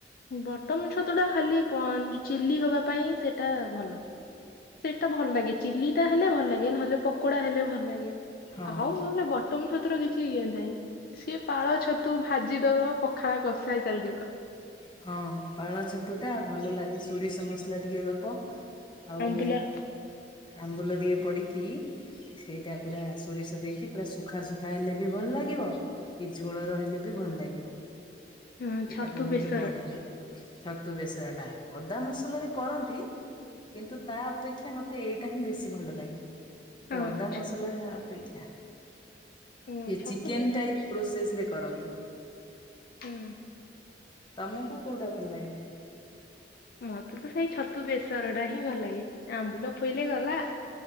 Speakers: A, on the left; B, on the left.
A: ବଟମ ଛତୁ ଟା ଖାଲି ପ ଚିଲି ହବା ପାଇଁ ସେ ଟା ଭଲ ସେଇଟା ଭଲ ସେଇଟା ଭଲ ଲାଗେ ଚିଲି ଟା ହେଲେ ଭଲ ଲାଗେ ନହେଲେ ପ ପକୋଡ଼ା ହେଲେ ଭଲ ଲାଗେ।
B: ହଁ
A: ଆଉ ନହେଲେ ବଟନ ଛତୁର କିଛି ଇଏ ନାହିଁ। ସିଏ ପାଳ ଛତୁ ଭାଜି। ଦେବ ପଖାଳ କସାଏ ଚାଲିଯିବ।
B: ହଁ ପାଳଛ ତୁଟା ଭଲ ଲାଗେ ସୋରିଷ ମ ମସଲା ଟିକେ ଦବ। ଆଉ
A: ଆମ୍ବୁଲା
B: ଆମ୍ବୁଲ <inaudible> ପଡିକି ସେଇଟା ପୁରା ସୋରିଷ ଦେଇକି ପୁରା ଶୁଖା ଶୁଖା ହେଲେ ବି ଭଲ ଲାଗିବ କି ଝୋଳ ରହିଲେ ବି ଭଲ ଲାଗିବ।
A: ହୁଁ
B: ଏଇଟା
A: ଛତୁ
B: ବହୁତ
A: ବେସର୍
B: ବଢିଆ ଲାଗେ ଛତ୍ ତୁ ବେସରଟା, ଅଦା ମସଲାରେ କରନ୍ତି କିନ୍ତୁ ତା ଅପେକ୍ଷା ମୋତେ ଏଇଟା ହିଁ ବେଶୀ ଭଲ ଲାଗେ। ସେ
A: ହଁ
B: ଅଦା
A: ଛ-
B: ମସଲା ଅପେକ୍ଷା,
A: ହଁ
B: ସେ
A: ଛତୁ
B: ଚିକେନ୍
A: ବେଶ
B: ଟାଇପ୍ ପ୍ରୋସେସରେ କରନ୍ତି।
A: ହୁଁ।
B: ତମକୁ କୋଉଟା ଭଲ ଲାଗେ?
A: ମତେ ତ ସେଇ ଛତୁ ବେସରଟା ହିଁ ଭଲ ଲାଗେ, ଆମ୍ବୁଲ ପଇଲେ ଗଲା।